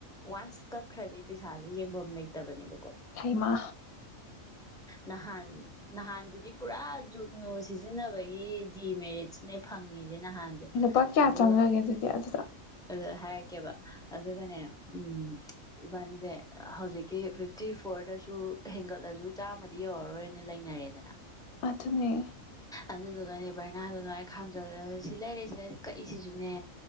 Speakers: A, in the centre; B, on the left.
A: ꯋꯥꯟꯁ ꯀꯛꯈ꯭ꯔꯗꯤ ꯄꯩꯁꯥꯁꯦ ꯌꯦꯡꯕ ꯑꯃ ꯂꯩꯇꯕꯅꯦꯕ
B: ꯍꯩꯃꯥ
A: ꯅꯍꯥꯟ ꯅꯍꯥꯟꯗꯨꯗꯤ ꯄꯨꯔꯥ ꯖꯨꯛꯒꯨꯅꯨ ꯁꯤ ꯁꯤꯖꯤꯟꯅꯕꯒꯤ ꯗꯤꯃꯦꯔꯤꯠꯅꯦ ꯐꯪꯉꯤꯁꯦ ꯅꯍꯥꯟꯁꯦ
B: ꯂꯨꯄꯥ ꯀꯌꯥ
A: ꯑꯗꯨꯒ
B: ꯆꯪꯈꯒꯦ ꯑꯗꯨꯗꯤ ꯑꯗꯨꯗ
A: ꯑꯗꯨ ꯍꯥꯏꯔꯛꯀꯦꯕ ꯑꯗꯨꯒꯅꯦ ꯎꯝ ꯏꯕꯥꯅꯤꯁꯦ ꯍꯧꯖꯤꯛꯀꯤ ꯐꯤꯐꯇꯤ ꯐꯣꯔꯗꯁꯨ ꯍꯦꯟꯒꯠꯂꯁꯨ ꯆꯥꯝꯃꯗꯤ ꯌꯧꯔꯔꯣꯏꯅ ꯂꯩꯅꯔꯦꯗꯅ
B: ꯑꯗꯨꯅꯤ
A: ꯑꯗꯨꯗꯨꯒꯅꯦ ꯕꯔꯅꯥꯗꯣ ꯑꯗꯨꯃꯥꯏꯅ ꯈꯥꯝꯖꯜꯂ ꯁꯤ ꯂꯩꯥꯏꯔꯦ ꯁꯤ ꯂꯩꯥꯏ ꯀꯛꯏꯁꯤꯁꯨꯅꯦ